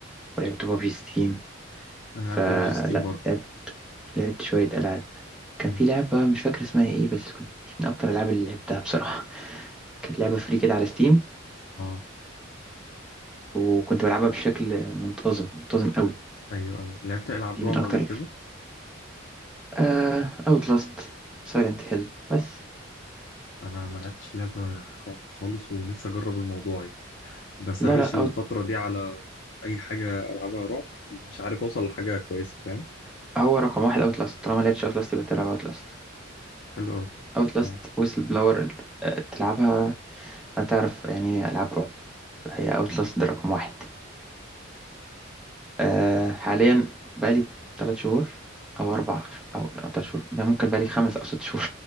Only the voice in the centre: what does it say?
ولعبت ببجي ستيم
فلا
لعبت لعبت شوية ألعاب كان
في لعبة مش فاكر اسمها ايه بس كنت من أكتر الألعاب اللي لعبتها بصراحة <laughs> كانت لعبة فري كده على ستيم
وكنت بلعبها بشكل منتظم منتظم قوي
دي من
اكتر
آه اوت لاست سايلنت هيل بس
لا لا
أوت
هو رقم واحد اوت لاست طالما لعبتش اوت لاست يبقى تلعب اوت لاست
اوت لاست
ويسل بلاور آه تلعبها هتعرف يعني ايه العاب رعب فهي اوت لاست ده رقم واحد آه حاليا بقالي ثلاث شهور او اربع ش- او ثلاث شهور ممكن بقالي خمس او ست شهور